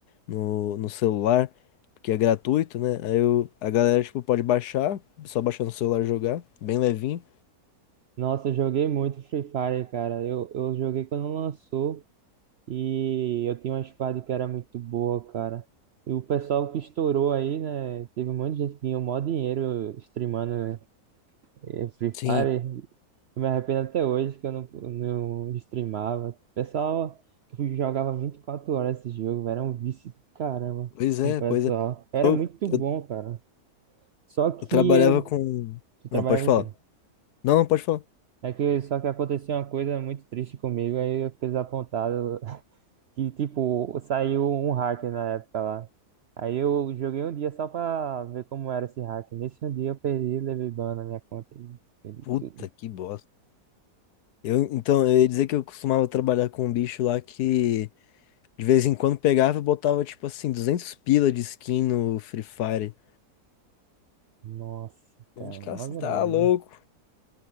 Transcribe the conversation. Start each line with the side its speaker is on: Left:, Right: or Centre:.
Left: No, no celular, porque é gratuito, né? Aí eu, a galera, tipo, pode baixar, só baixar no celular e jogar, bem levinho.
Right: Nossa, eu joguei muito Free Fire, cara. Eu, eu joguei quando lançou e eu tinha uma squad que era muito boa, cara. E o pessoal que estourou aí, né? Teve um monte de gente que ganhou mó dinheiro streamando eh, Free Fire.
Left: Sim,
Right: Eu me arrependo até hoje que eu não, não streamava. Pessoal, que eu jogava 24 horas esse jogo, velho, era um vício do caramba.
Left: pois é,
Right: O pessoal,
Left: pois é.
Right: era
Left: Eu,
Right: muito bom,
Left: eu,
Right: cara. Só que
Left: eu trabalhava
Right: eu,
Left: com.
Right: tu trabalhava
Left: Não, pode falar.
Right: o quê?
Left: Não, não pode falar.
Right: É que só que aconteceu uma coisa muito triste comigo, aí eu fiquei desapontado. <laughs> Que tipo, saiu um hacker na época lá. Aí eu joguei um dia só pra ver como era esse hacker. Nesse um dia eu perdi, levei ban na minha conta e perdi
Left: Puta
Right: tudo.
Left: que bosta. Eu, então, eu ia dizer que eu costumava trabalhar com um bicho lá que. De vez em quando pegava e botava, tipo assim, 200 pila de skin no Free Fire.
Right: Nossa, cara,
Left: Onde cara,
Right: uma
Left: você
Right: grana.
Left: tá louco?